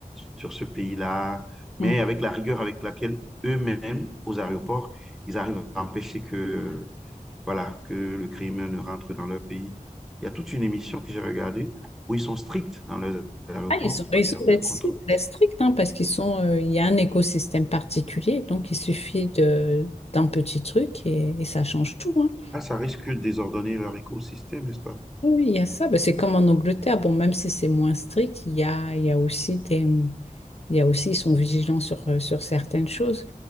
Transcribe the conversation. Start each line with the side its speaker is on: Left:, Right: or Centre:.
Centre: sur ce pays-là, mais
Left: mm.
Centre: avec la rigueur avec laquelle eux-mêmes, aux aéroports, ils arrivent à empêcher que, euh, voilà, que le crime ne rentre dans leur pays. Il y a toute une émission que j'ai regardée où ils sont stricts dans leurs aéroports
Left: Ah, ils sont,
Centre: en
Left: ils
Centre: matière
Left: sont
Centre: de
Left: d'être
Centre: contrôle.
Left: d'être stricts, hein, parce qu'ils sont, euh, il y a un écosystème particulier, donc il suffit de d'un petit truc et, et ça change tout. hein.
Centre: Ah, ça risque de désordonner leur écosystème, n'est-ce pas?
Left: Oui, oui, il y a ça. Ben, c'est comme en Angleterre. Bon, même si c'est moins strict, il y a, il y a aussi des, il y a aussi, ils sont vigilants sur, euh, sur certaines choses.